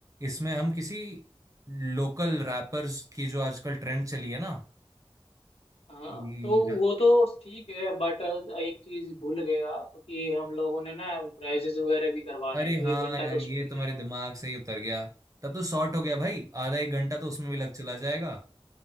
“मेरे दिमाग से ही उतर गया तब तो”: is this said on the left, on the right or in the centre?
Right